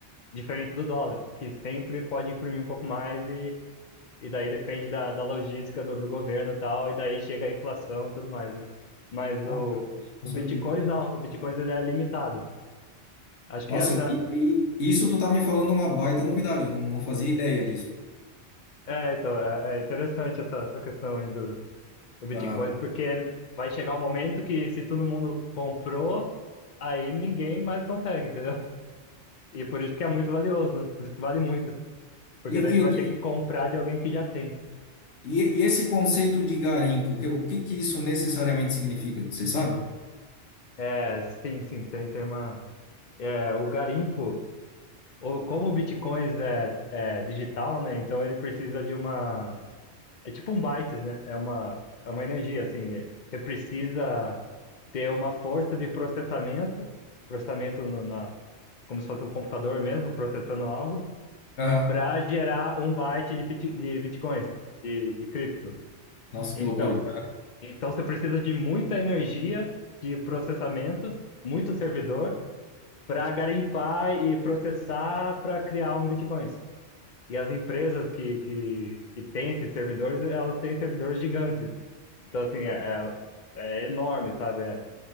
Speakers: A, on the left; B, on the left.
A: diferente do dólar, que sempre pode imprimir um pouco mais e daí depende da, da logística do, do governo e tal, e daí chega a inflação e tudo mais, né? Mas
B: Ah,
A: o,
B: cara, isso eu
A: o
B: não
A: Bitcoin
B: sabia.
A: não, o Bitcoin ele é limitado. Acho que
B: Nossa,
A: essa
B: e, e isso tu tá me falando uma baita novidade, eu não, não fazia ideia disso.
A: é, então, é, é interessante essa, essa questão aí do, do Bitcoin,
B: Aham.
A: porque vai chegar um momento que se todo mundo comprou, aí ninguém mais consegue, entendeu? E por isso que é muito valioso, né? Por isso que vale muito, porque
B: E,
A: daí
B: e
A: você
B: o
A: vai
B: que,
A: ter que comprar de alguém que já tem.
B: E, e esse conceito de garimpo, que- o que que isso necessariamente significa? Você sabe?
A: É, sim, sim, tem, tem uma. É, o garimpo. o- como o Bitcoin é, é digital, né? Então ele precisa de uma. É tipo um bytes, né? É uma, é uma energia, assim. Você precisa ter uma força de processamento, processamento no- na, como se fosse um computador mesmo, processando algo,
B: Aham.
A: para gerar um byte de, bit- de bitcoins, de, de cripto.
B: Nossa,
A: Então,
B: que loucura.
A: então você precisa de muita energia de processamento, muito servidor, para garimpar e processar para criar um bitcoin. E as empresas que, que, que têm esses servidores, elas têm servidores gigantes. Então, assim, é, é, é enorme, sabe? É,